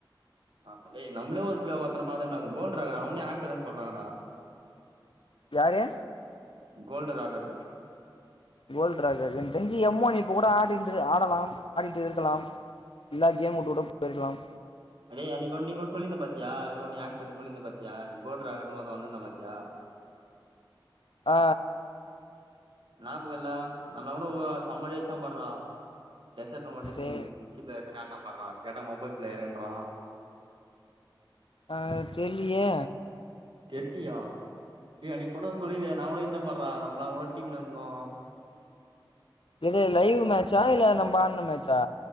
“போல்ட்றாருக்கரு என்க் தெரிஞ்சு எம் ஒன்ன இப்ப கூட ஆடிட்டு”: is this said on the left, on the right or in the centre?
Left